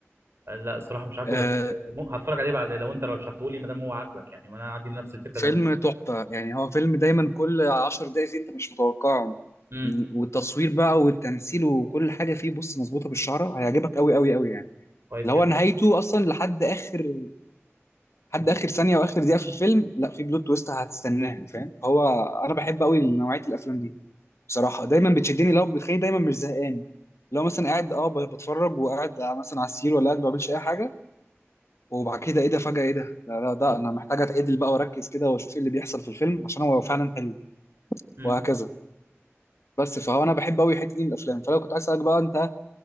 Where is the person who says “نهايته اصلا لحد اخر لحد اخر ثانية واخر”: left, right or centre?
Left